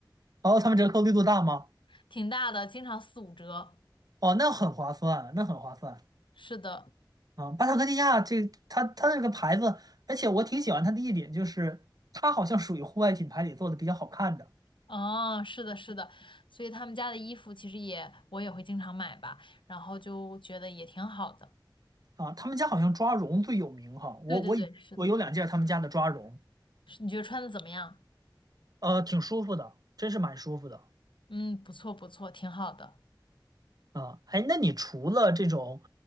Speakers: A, on the right; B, on the left.
A: 哦，他们折扣力度大吗？
B: <laughs> 挺大的，经常四五折。
A: 哦，那很划算，那很划算
B: 是的，
A: 啊！巴塔哥尼亚这它它这个牌子，而且我挺喜欢它的一点就是，它好像属于户外品牌里做的比较好看的
B: 嗯，是的，是的，所以他们家的衣服其实也我也会经常买吧，然后就觉得也挺好的。
A: 啊。他们家好像抓绒最有名哈，我我以我有两件他们家的抓绒，
B: 对对对，是的，是你觉得穿的怎么样？
A: 呃，挺舒服的，真是蛮舒服的
B: 嗯，不错不错，挺好的。
A: 啊。哎，那你除了这种